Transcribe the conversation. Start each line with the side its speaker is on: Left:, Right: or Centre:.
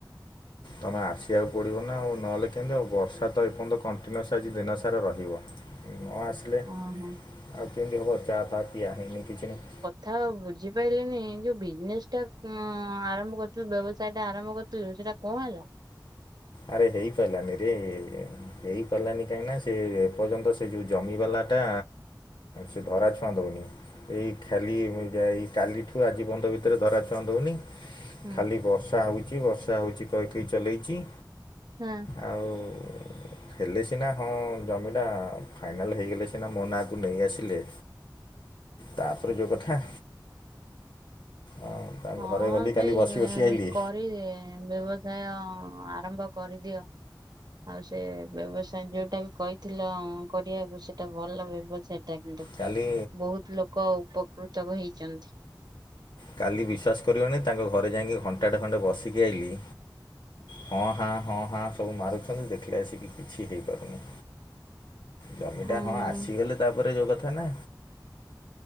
Left: ତୁମେ ଆସିବାକୁ ପଡ଼ିବ ନା ଆଉ ନହେଲେ କେମିତି ଆଉ ବର୍ଷା ତ ଏପର୍ଯ୍ୟନ୍ତ କଣ୍ଟିନ୍ୟୁଅସ୍ ଆଜି ଦିନସାରା ରହିବ। ନ ଆସିଲେ
Right: ଓହୋ
Left: ଆଉ କେମିତି ହେବ ଚା ଫାଆ ପିଆ ଏନି କିଛି ନହିଁ।
Right: ହଁ ବୁଝିପାଇଲେନି ଯୋଉ ବିଜ୍ ନେସ୍ ଟା ଆରମ୍ଭ କରିୁଥିଲୁ ବ୍ୟବସାୟ ଟା ଆରମ୍ଭ କରୁଥିଲୁ ସେଟା କଁ ହେଲା?
Left: ଆରେ ହେଇପାଇଲାନି ରେ। ହେପାରିଲାନି କାହିଁକିନା ସେ ଏପର୍ଯ୍ୟନ୍ତ ସେ ଯେଉଁ ଜମିବାଲାଟା ସେ ଧରାଛୁଆଁ ଦୋଉନି। ଏଇ ଖାଲି ଯାଇ କାଲିଠୁ ଆଜି ପନ୍ତ ଭିତରେ ଧରାଛୁଆ ଦୋଉନି।
Right: ହୁଁ
Left: ଖାଲି ବର୍ଷା ହୋଉଚି ବର୍ଷା ହୋଉଚି କହିକି ଚଲେଇଚି।
Right: ହୁଁ।
Left: ଆଉ ହେଲେ ସିନା ହଁ ଜମିଟା ଫାଇନାଲ୍ ହେଇଗଲେ ସିନା ମୋ ନାଁକୁ ନେଇଆସିଲେ ତାପରେ ଯୋଉ କଥା। ଅଁ, ତାଙ୍କ
Right: ହଁ
Left: ଘରେ ଗଲି କାଲି
Right: ସେଇ
Left: ବସି ବସି ଆଇଲି
Right: କରିଦିଏ। ବ୍ୟବସାୟ ଆରମ୍ଭ କରିଦିଅ। ଆଉ ସେ ବ୍ୟବସାୟ ଯୋଉଟା ବି କହିଥିଲ କରିବାକୁ ସେଟା ଭଲ ବ୍ୟବସାୟ। ଟା କିନ୍ତୁ
Left: କାଲି
Right: ବହୁତ ଲୋକ ଉପକୃତ ହେଇଚନ୍ତି।
Left: କାଲି ବିଶ୍ୱାସ୍ କରିବନି ତାଙ୍କ ଘରେ ଯାଇଁକି ଘଣ୍ଟାଟେ ଖଣ୍ଡେ ବସିକି ଆଇଲିି। ହଁ ହାଁ ହଁ ହାଁ ସବୁ ମାରୁଛନ୍ତି ଦେଖିଲେ ଆସିକି କିଛି ହେଇପାରୁନି। ଜମିଟା
Right: ଉଁ
Left: ହଁ ଆସିଗଲେ ତାପରେ ଯୋଉ କଥା ନା।